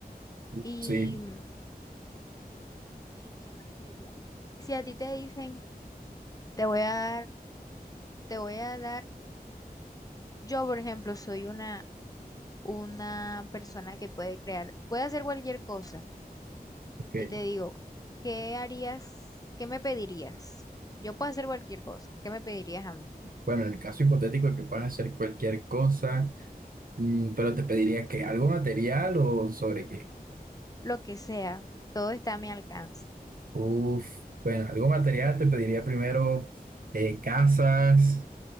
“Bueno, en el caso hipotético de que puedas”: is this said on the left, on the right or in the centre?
Right